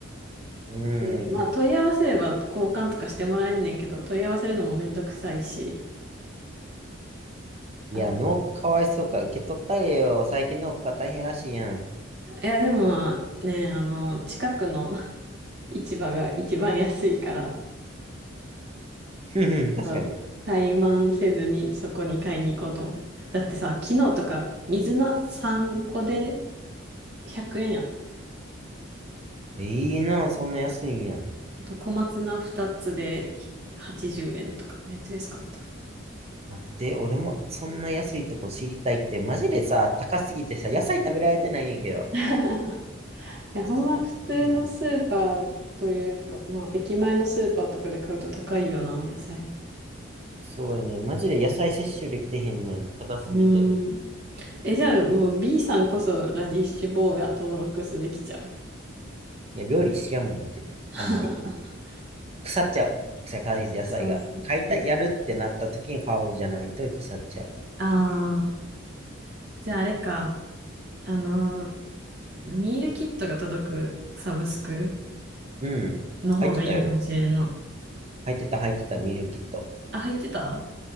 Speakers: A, on the right; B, on the right.
A: うん。
B: でまあ、問い合わせれば交換とかしてもらえんねんけど、問い合わせるのもめんどくさいし。
A: いや、
B: あ
A: 農家かわいそうか。受け取ったれよ。最近農家大変らしいやん。
B: いや、でもね、あの、近くの市場が一番安いから、
A: ふふ、確かに。
B: うん怠慢せずにそこに買いに行こうと思った。だってさ、昨日とか水菜3個で100円やったで。
A: いいな、そんな安いんやん。
B: あと小松菜2つで80円とか、めっちゃ安かった。
A: 待って、俺もそんな安いとこ知りたいって、マジでさ、高すぎてさ、野菜食べられてないねんやけど。
B: <laughs> いや、
A: スーパー高いのに。
B: ほんま普通のスーパーというか、まあ、駅前のスーパーとかで買うと高いよな、野菜。
A: そうやね。マジで野菜摂取できてへんねん。高すぎて。
B: うーん。え、じゃあもう B さんこそラディッシュ坊や登録すべきちゃう。
A: いや、料理しやんもんだって。
B: <laughs>
A: あんまり。腐っちゃう。腐かい野菜が。
B: そうそうそう。
A: 買いた、やるってなった時に買おうじゃないと腐っちゃう。
B: ああー。じゃああれか、あのーミールキットが届くサブスク
A: うん。
B: の方がいいかもしれんの。
A: 入ってたよ。入ってた、入ってた、ミールキット。
B: あ、入ってた